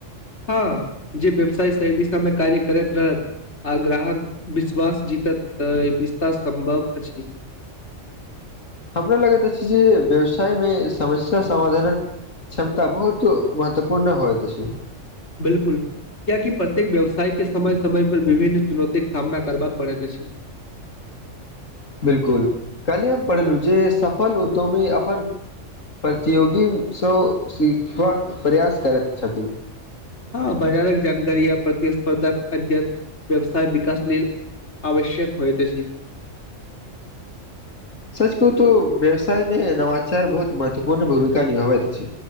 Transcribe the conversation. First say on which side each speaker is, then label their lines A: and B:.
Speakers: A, on the left; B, on the left.
A: हँ, जे व्यवसाय सही दिशा मे कार्य करैत रहत आ ग्राहकक विश्वास जीतत तऽ विस्तार सम्भव अछि
B: हमरा लगैत अछि जे व्यवसाय मे समस्या समाधानक क्षमता बहुत महत्वपूर्ण होइत अछि
A: बिलकुल कियाकि प्रत्येक व्यवसाय के समय समय पर विभिन्न चुनौती के सामना करबाक पड़ैत अछि।
B: बिलकुल, काल्हि हम पढ़लहु जे सफल उद्यमी अपन प्रतियोगीसँ सिखबाक प्रयास करैत छथि
A: हँ बाजारक जानकारी आ प्रतिस्पर्धाक अध्ययन व्यवसाय विकास लेल आवश्यक होइत अछि।
B: सच कहू तऽ व्यवसायमे नवाचार बहुत महत्वपूर्ण भूमिका निभाबैत अछि।